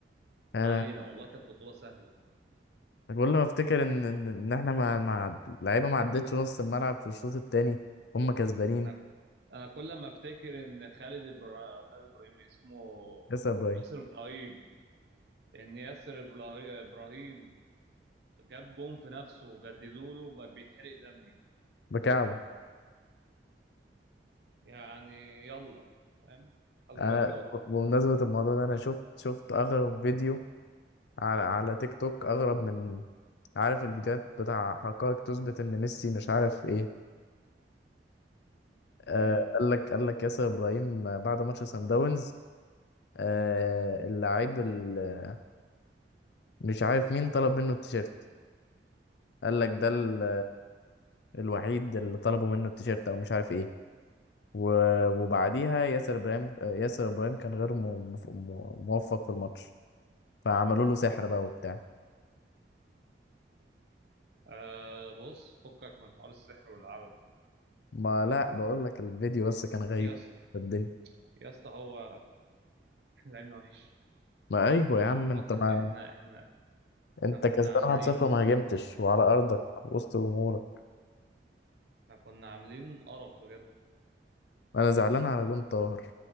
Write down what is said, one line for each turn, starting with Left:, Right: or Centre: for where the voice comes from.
Left: انا
Right: ما علينا والله كانت بطولة سهلة
Left: كل ما افتكر ان ان إن احنا مع مع اللعيبة ما عدتش نص الملعب في الشوط التاني هم كسبانين
Right: أنا أنا كل ما أفتكر إن خالد إبرا... خالد إبراهيم اسمه
Left: يا ابراهيم
Right: ياسر إبراهيم إن ياسر إبراه- إبراهيم جاب جون في نفسه وجددوا له بقى بيتحرق دمي
Left: بكعبه
Right: يعني يلا فاهم حسبي
Left: انا
Right: الله
Left: ب- بمناسبة الموضوع ده انا شفت شفت اغرب فيديو على على تيك توك اغرب من عارف الفيديوهات بتاع حقائق تثبت ان ميسي مش عارف ايه آه
Right: امم
Left: قال لك قال لك ياسر ابراهيم آه، بعد ماتش سان داونز آه اللاعب ال- مش عارف مين طلب منه التيشيرت قال لك ده ال- الوحيد اللي طلبوا منه التيشيرت او مش عارف ايه و- وبعديها ياسر ابراهيم آه، ياسر ابراهيم كان غير م- مف- م- موفق في الماتش فعملوا له سحر بقى وبتاع
Right: آه بص فكك من حوار السحر والعبث ده.
Left: ما لا بقول لك الفيديو بس كان غايب
Right: يا اسطى
Left: في الدنيا
Right: يا اسطى هو احنا لعبنا وحش
Left: ما ايوه يا عم
Right: واضحه
Left: انت ما
Right: احنا احنا
Left: انت
Right: احنا كنا
Left: كسبان
Right: عاملين
Left: 1-0 وما هاجمتش وعلى ارضك وسط جمهورك
Right: احنا كنا عاملين قرف بجد
Left: انا زعلان على جون طاهر